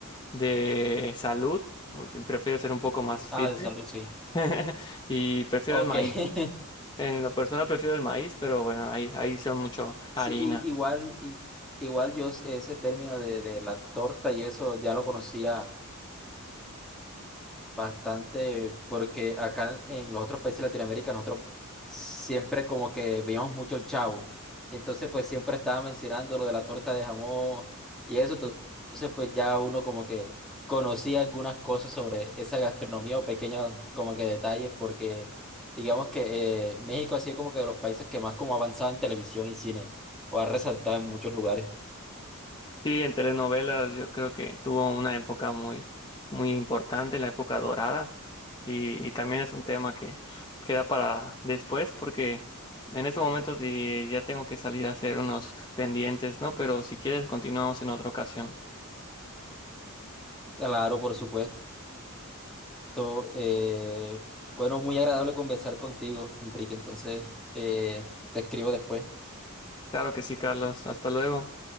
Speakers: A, on the left (about 20°); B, in the centre.
A: de salud. O- Prefiero ser un poco más fit
B: Ah, de salud, sí.
A: <laughs> y prefiero
B: Ok.
A: el maíz.
B: <laughs>
A: En lo personal prefiero el maíz, pero bueno, ahí, ahí son mucho harina.
B: Sí, y- igual, i- igual yo es- ese término de, de la torta y eso ya lo conocía Bastante, porque acá en los otros países de Latinoamérica nosotros siempre como que veíamos mucho el Chavo. Y entonces pues siempre estaba mencionando lo de la torta de jamón y eso. to- Entonces pues ya uno como que conocía algunas cosas sobre esa gastronomía o pequeños como que detalles porque digamos que eh, México ha sido como que de los países que más como ha avanzado en televisión y cine o ha resaltado en muchos lugares.
A: Sí, en telenovelas yo creo que tuvo una época muy, muy importante, la época dorada, y, y también es un tema que queda para después, porque en este momento de- ya tengo que salir a hacer unos pendientes, ¿no? Pero si quieres, continuamos en otra ocasión.
B: Claro, por supuesto. To- eh, bueno, muy agradable conversar contigo, Enrique. Entonces, eh, te escribo después.
A: Claro que sí, Carlos, hasta luego.